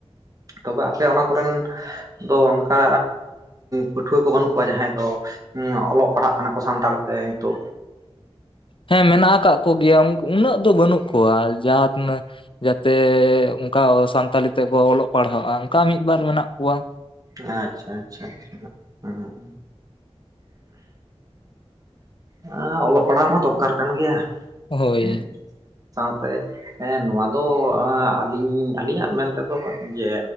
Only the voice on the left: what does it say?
ᱦᱮᱸ ᱢᱮᱱᱟᱜ ᱟᱠᱟᱫ ᱠᱚᱜᱮᱭᱟ ᱩᱱᱟᱹᱜ ᱫᱚ ᱵᱟᱹᱱᱩᱜ ᱠᱚᱣᱟ ᱡᱟᱦᱟᱸ ᱛᱤᱱᱟᱹᱜᱼᱼ ᱡᱟᱛᱮ ᱚᱱᱠᱟ ᱥᱟᱱᱛᱟᱞᱤ ᱛᱮᱠᱚ ᱚᱞᱚᱜ ᱯᱟᱲᱦᱟᱜᱼᱟ ᱚᱱᱠᱟ ᱢᱤᱫ ᱵᱟᱨ ᱢᱮᱱᱟᱜ ᱠᱚᱣᱟ᱾
ᱦᱳᱭ